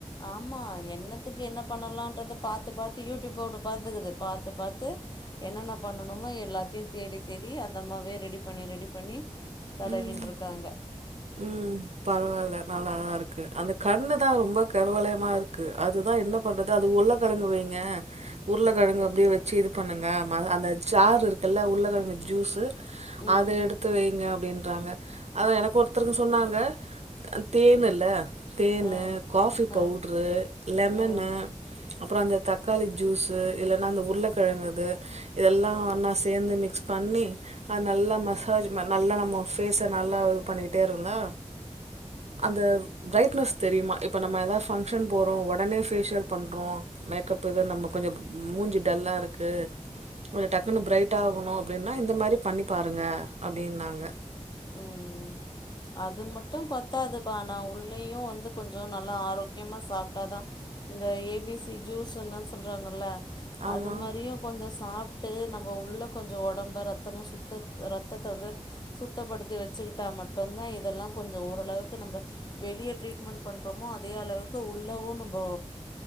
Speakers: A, on the left (about 40°); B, on the right (about 70°).
A: ஆமா என்னத்துக்கு என்ன பண்ணலான்றத பாத்து பாத்து யூடியூப்ப ஒன்னு பாத்துக்குது பாத்து பாத்து என்னென்ன பண்ணணுமோ எல்லாத்தையூ தேடி தேடி அந்தம்மாவே ரெடி பண்ணி ரெடி பண்ணி தடவின்ட்ருக்காங்க
B: ம். ம் பரவால்ல நல்லாதாருக்கு அந்த கண்ணு தா ரொம்ப கருவலயமா இருக்கு அதுதா என்ன பண்றது அது உளக்கெழங்கு வைங்க உருளக்கெழங்கு அப்டியே வச்சு இது பண்ணுங்க ம அந்த சாறு இருக்குல்ல உருளக்கிழங்கு ஜூஸு
A: ம்
B: அதத எடுத்து வைங்க அப்படின்றாங்க அதா எனக்கொருத் தருக்கு சொன்னாங்க அ தேனுல்ல தேனு
A: ஆ
B: காஃபி பவுட்ரு
A: ஆ
B: லெமனு
A: ஆ
B: அப்றோ அந்த தக் காளி ஜூஸு இல்லைன்னா அந்த உருளக்கெழங்குது இதெல்லா நா சேந்து மிக்ஸ் பண்ணி அது நல்லா மசாஜ் நல்லா நம்ம ஃபேஸ நல்லா இது பண்ணிட் டேருந்தா அந்த ப்ரைட்னெஸ் தெரியுமா இப்போ நம்ம எதா ஃபங்க்ஷன் போறோ ஒடனே ஃபேசியல் பண்றோ மேக்கப் எது நம்ப கொஞ்சோ மூஞ்சி டல்லாருக்கு கொஞ்சோ டக்குனு ப்ரைட் ஆகணூ அப்டினா இந்த மாரி பண்ணிபாருங்க அப்டீன்னாங்க
A: ம் அது மட்டூ பத்தாதுபா நா உள்ளயூ வந்து கொஞ்சோ நல்லா ஆரோக்கியமா சாப்டாதா இந்த ஏ பி சி ஜூஸுன்னு சொல்றாங்கல்ல
B: ஆமாம்
A: அது மாரியு கொஞ்சோ சாப் டு நம்ம உள்ள கொஞ்சோ ஒடம்ப ரத்தமா சுத்தத் ரத்தத்த வந்து சுத்தப்படுத்தி வச்சுக்கிட்டா மட் டுந்தா இதல்லா கொஞ்சோ ஓரளவுக்கு நம்ம வெளிய ட்ரீட்மெண்ட் பண்ணுறோமோ அதேளவுக்கு உள்ளவூ நம்மோ